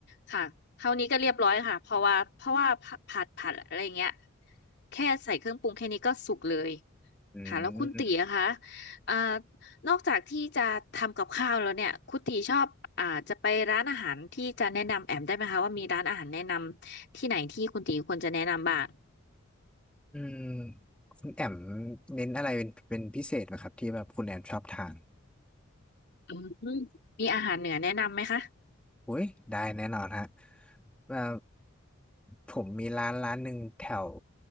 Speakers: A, on the left; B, in the centre.
A: ค่ะเท่านี้ก็เรียบร้อยค่ะเพราะว่าเพราะว่าผัดผัดอะไรเงี้ยแค่ใส่เครื่องปรุงแค่นี้ก็สุกเลย
B: อื
A: ค่ะแล้วคุณตีอะคะ
B: ม
A: อ่านอกจากที่จะทำกับข้าวแล้วเนี่ยคุณตีชอบอ่าจะไปร้านอาหารที่จะแนะนำแอมได้ไหมคะว่ามีร้านอาหารแนะนำที่ไหนที่คุณตีควรจะแนะนำบ้าง
B: อืมคุณแอมเน้นอะไรเป็นเป็นพิเศษไหมครับที่แบบคุณแอมชอบทาน
A: อืมมีอาหารเหนือแนะนำไหมคะ
B: อุ้ยได้แน่นอนฮะว่าผมมีร้านร้านหนึ่งแถว